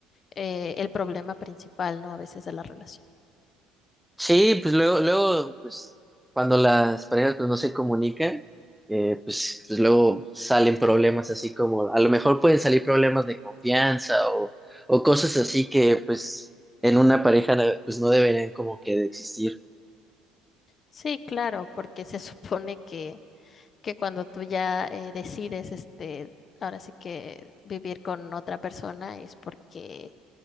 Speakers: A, on the left (about 40°); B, in the centre.
A: eh, el problema principal, ¿no? A veces de la relación.
B: Sí, pues luego, luego, pues cuando las parejas pues no se comunican, eh, pues, pues luego salen problemas así como, a lo mejor pueden salir problemas de confianza o, o cosas así que pues en una pareja pues no deberían como que de existir.
A: Sí, claro, porque se <laughs> supone que, que cuando tú ya eh, decides, este, ahora sí que vivir con otra persona es porque